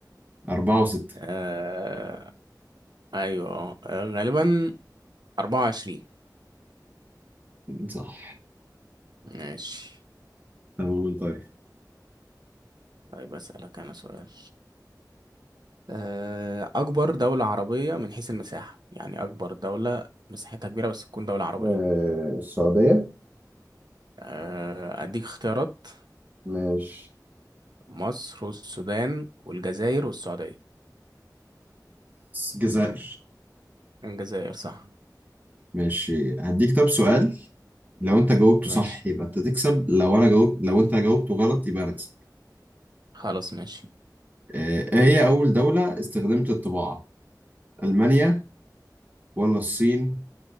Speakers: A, on the right; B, on the right.
A: أربعة وستة
B: آه ايوه آه، غالبا 24
A: صح
B: ماشي
A: طب قول طيب
B: طيب اسالك انا سؤال آه اكبر دولة عربية من حيث المساحة يعني اكبر دولة مساحتها كبيرة بس تكون دولة عربية
A: آه السعودية
B: آه اديك اختيارات
A: مش
B: مصر والسودان والجزائر والسعودية
A: الجزائر
B: الجزائر صح
A: ماشي هديك طب سؤال لو انت جاوبته
B: ماشي
A: صح يبقى انت تكسب لو انا جاوب لو انت جاوبته غلط يبقى انا اكسب
B: خلاص ماشي
A: آه، ايه هي اول دولة استخدمت الطباعة المانيا ولا الصين